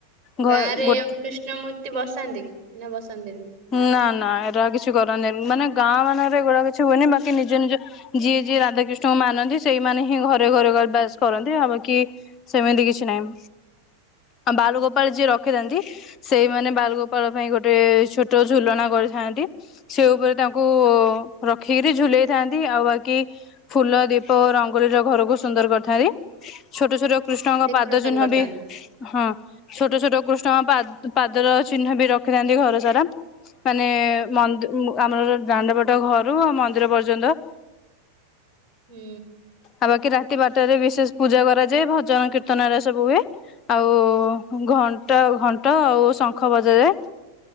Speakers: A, on the left; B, on the right.
A: ଘ
B: ଗାଁରେ
A: ଗୋ
B: କୃଷ୍ଣ ମୂର୍ତ୍ତି ବସାନ୍ତି ନା ବସାନ୍ତିନି?
A: ନା ନା ଏରା କିଛି କରନ୍ତିନି, ମାନେ ଗାଁ ମାନଙ୍କରେ ଏଗୁଡା କିଛି ହୁଏନି। ବାକି ନିଜ ନିଜ ଯିଏ ଯିଏ ରାଧାକୃଷ୍ଣଙ୍କୁ ମାନନ୍ତି, ସେଇମାନେ ହିଁ ଘରେ ଘରେ କ ବାସ୍ କରନ୍ତି। ଆଉ ବାକି ସେମିତି କିଛି ନାହିଁ। ଆଉ ବାଲ ଗୋପାଳ ଯିଏ ରଖିଥାନ୍ତି, ସେଇମାନେ ବାଲଗୋପାଳ ପାଇଁ ଗୋଟେ ଛୋ ଟ ଝୁଲଣା କରିଥାନ୍ତି। ସେ ଉପରେ ତାଙ୍କୁ ରଖିକିରି ଝୁଲେଇ ଥାନ୍ତି, ଆଉ ବାକି ଫୁଲ, ଦୀପ ଓ ରଙ୍ଗୋଲିର ଘରକୁ ସୁନ୍ଦର କରିଥାନ୍ତି। ଛୋଟ ଛୋଟ କୃଷ୍ଣଙ୍କ
B: ଡେକୋରେସନ
A: ପାଦ ଚିହ୍ନ
B: କରିଥାନ୍ତି।
A: ବି ହଁ ଛୋଟ ଛୋଟ କୃଷ୍ଣ ଙ୍କ ପାଦ ପାଦ ର ଚିହ୍ନ ବି ରଖିଥାନ୍ତି ଘର ସାରା। ମାନେ ମନ୍ଦ ଉ ଆମର ଦାଣ୍ଡ ପଟ ଘରୁ ମନ୍ଦିର ପର୍ଯ୍ୟନ୍ତ
B: ହୁଁ।
A: ଆଉ ବାକି ରାତି ବାରଟାରେ ବିଶେଷ ପୂଜା କରାଯାଏ, ଭଜନ, କୀର୍ତ୍ତନ ଏରା ସବୁ ହୁଏ। ଆଉ ଘଣ୍ଟ ଘଣ୍ଟ ଆଉ ଶଙ୍ଖ ବଜାଯାଏ।